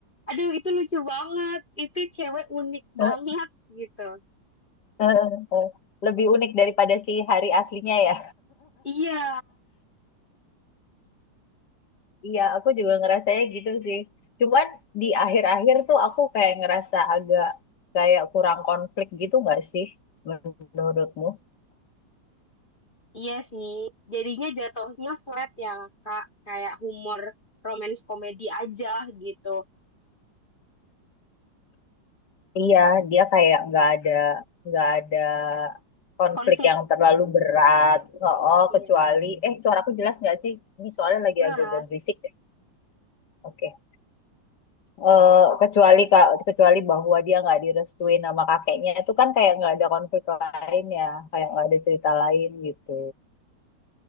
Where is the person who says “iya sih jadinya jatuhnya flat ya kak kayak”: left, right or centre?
Left